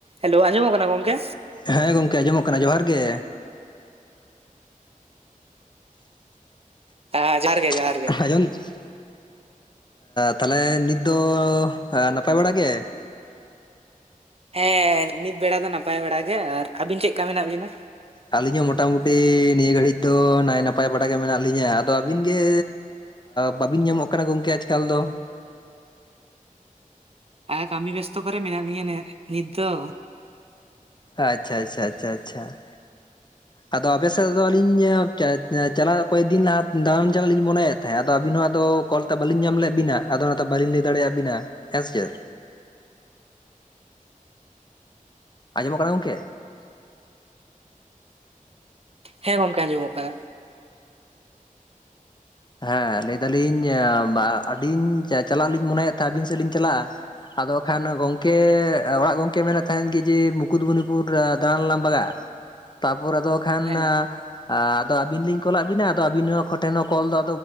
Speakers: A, on the right; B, on the left.
A: Hello ᱟᱸᱡᱚᱢᱚᱜ ᱠᱟᱱᱟ ᱜᱚᱝᱠᱮ
B: ᱦᱮᱸ ᱜᱚᱝᱠᱮ ᱟᱸᱡᱚᱢᱚᱜ ᱠᱟᱱᱟ ᱡᱚᱦᱟᱨ ᱜᱮ
A: ᱦᱮᱸ ᱡᱚᱦᱟᱨ ᱜᱮ ᱡᱚᱦᱟᱨ
B: <unintelligible>
A: ᱜᱮ
B: ᱛᱟᱦᱞᱮ ᱱᱤᱛ ᱫᱚ ᱱᱟᱯᱟᱭ ᱵᱟᱲᱟ ᱜᱮ
A: ᱦᱮᱸ ᱱᱤᱛ ᱵᱮᱲᱟ ᱫᱚ ᱱᱟᱯᱟᱭ ᱵᱟᱲᱟ ᱜᱮ ᱟᱨ ᱟᱹᱵᱤᱱ ᱪᱮᱫ ᱞᱮᱠᱟ ᱢᱮᱱᱟᱜ ᱵᱤᱱᱟ
B: ᱟᱹᱞᱤᱧ ᱦᱚᱸ ᱢᱚᱴᱟᱢᱩᱴᱤ ᱱᱤᱭᱟᱹ ᱜᱷᱟᱹᱲᱤᱡ ᱫᱚ ᱱᱟᱭ ᱱᱟᱯᱟᱭ ᱵᱟᱲᱟ ᱜᱮ ᱢᱮᱱᱟᱜ ᱞᱤᱧᱟᱹ ᱟᱫᱚ ᱟᱹᱵᱤᱱ ᱜᱮ ᱵᱟᱹᱵᱤᱱ ᱧᱟᱢᱚᱜ ᱠᱟᱱᱟ ᱜᱚᱝᱠᱮ ᱟᱡᱽ ᱠᱟᱞ ᱫᱚ
A: ᱟᱨ ᱠᱟᱹᱢᱤ ᱵᱮᱥᱛᱚ ᱠᱚᱨᱮ ᱢᱮᱱᱟᱜ ᱞᱤᱧᱟᱹ ᱱᱤᱛ ᱫᱚ
B: ᱟᱪᱪᱷᱟ ᱟᱪᱪᱷᱟ ᱟᱪᱪᱷᱟ ᱟᱪᱪᱷᱟ ᱟᱪᱪᱷᱟ ᱟᱫᱚ ᱟᱯᱮᱥᱮᱫ ᱫᱚ ᱟᱞᱤᱧ ᱪᱟᱞᱟᱜ ᱠᱚᱭᱮᱠ ᱫᱤᱱ ᱞᱟᱦᱟ ᱫᱟᱬᱟᱱ ᱪᱟᱞᱟᱜ ᱞᱤᱧ ᱢᱚᱱᱮᱭᱮᱫ ᱭᱟᱦᱮᱸᱫ ᱛᱟᱦᱮᱸ ᱟᱫᱚ ᱟᱵᱤᱱ ᱦᱚᱸ ᱟᱫᱚ ᱠᱚᱞᱛᱮ ᱵᱟᱹᱞᱤᱧ ᱧᱟᱢ ᱞᱮᱫ ᱵᱤᱱᱟ ᱟᱫᱚ ᱚᱱᱟᱛᱮ ᱵᱟᱞᱤᱧ ᱞᱟᱹᱭ ᱫᱟᱲᱮᱭᱟᱜ ᱵᱤᱱᱟ ᱦᱮᱸ ᱥᱮ ᱪᱮᱫ ᱟᱸᱡᱚᱢᱚᱜ ᱠᱟᱱᱟ ᱜᱚᱝᱠᱮ
A: ᱦᱮᱸ ᱜᱚᱝᱠᱮ ᱟᱸᱡᱚᱢᱚᱜ ᱠᱟᱱᱟ
B: ᱦᱮᱸ ᱞᱟᱹᱭ ᱫᱟᱞᱤᱧ ᱟᱹᱞᱤᱧ ᱪᱟᱞᱟᱜ ᱞᱤᱧ ᱢᱚᱱᱮᱭᱮᱫ ᱛᱟᱦᱮᱸᱜ-ᱟᱹᱵᱤᱱ ᱥᱮᱫ ᱞᱤᱧ ᱪᱟᱞᱟᱜᱼᱟ ᱟᱫᱚ ᱠᱷᱟᱱ ᱜᱚᱝᱠᱮ ᱚᱲᱟᱜ ᱜᱚᱝᱠᱮ ᱢᱮᱱᱮᱫ ᱛᱟᱦᱮᱱ ᱜᱮ ᱡᱮ ᱢᱩᱠᱩᱫᱢᱩᱱᱤᱯᱩᱨ ᱫᱟᱬᱟᱱ ᱞᱟᱝ ᱵᱟᱜᱟᱜ-ᱟ ᱛᱟᱯᱚᱨ ᱟᱫᱚ ᱠᱷᱟᱱ
A: ᱦᱮᱸ
B: ᱟ ᱟᱹᱵᱤᱱ ᱞᱤᱧ ᱠᱚᱞᱟᱜ ᱵᱤᱱᱟ ᱟᱫᱚ ᱟᱵᱤᱱ ᱦᱚ ᱠᱚᱴᱷᱮᱱ ᱦᱚ ᱠᱚᱞ ᱫᱚ